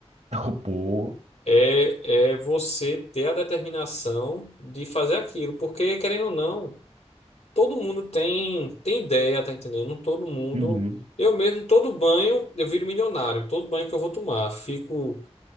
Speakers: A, on the right (about 80°); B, on the left (about 70°).
A: <laughs> Pô,
B: É, é você ter a determinação de fazer aquilo, porque querendo ou não. todo mundo tem tem ideia, tá entendendo? Todo mundo,
A: Uhum.
B: eu mesmo, todo banho eu viro milionário, todo banho que eu vou tomar, fico